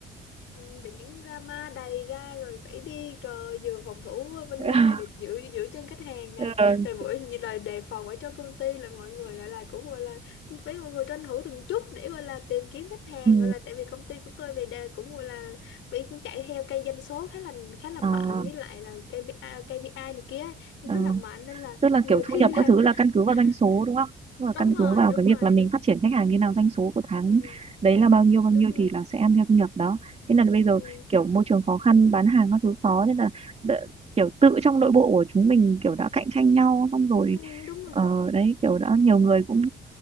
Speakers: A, on the left; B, on the right.
A: Ừ, bị những drama đầy ra rồi phải đi trời vừa phòng thủ bên
B: <laughs>
A: ngoài để giữ giữ chân khách hàng này
B: ừ.
A: rồi mỗi như lời đề phòng ở trong công ty là mọi người gọi là cũng gọi là phải mọi người tranh thủ từng chút để gọi là tìm kiếm khách hàng
B: ừ.
A: gọi là tại vì công ty của tôi về đề cũng gọi là bị cũng chạy theo cây doanh số khá là khá là mạnh
B: À.
A: với lại là KPI KPI này kia ấy, cũng
B: Ờ,
A: khá là mạnh nên là
B: tức là
A: nhiều
B: kiểu thu
A: khi
B: nhập các
A: là
B: thứ là căn cứ vào
A: <laughs>
B: doanh số đúng không? Tức là
A: đúng
B: căn
A: rồi
B: cứ vào
A: đúng
B: cái
A: rồi
B: việc là mình
A: đúng
B: phát
A: rồi
B: triển khách hàng như nào, doanh số của tháng
A: ừ,
B: đấy là bao nhiêu bao
A: đúng
B: nhiêu
A: rồi
B: thì là sẽ ăn theo thu nhập đó. Thế là bây giờ
A: ừ,
B: kiểu môi trường khó khăn, bán hàng các thứ khó nên là đ- kiểu tự trong nội bộ của chúng mình kiểu đã cạnh tranh nhau xong rồi
A: ừ, đúng rồi
B: ờ, đấy kiểu đã nhiều người cũng